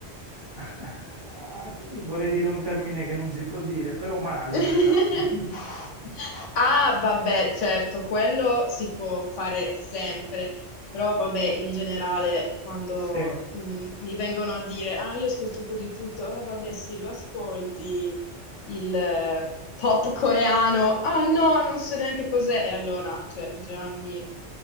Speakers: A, on the right; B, on the left.
A: ah, vorrei dire un termine che non si può dire, però male,
B: <laughs>
A: diciamo. <laughs>
B: Ah, vabbè, certo, quello si può fare sempre, però vabbè, in generale, quando
A: Sì.
B: mh, mi vengono a dire, ah, io ascolto un po' di tutto, ah, vabbè, sì, lo ascolti, il eh, pop coreano, ah, no, non so neanche cos'è, e allora, cioè, già mi,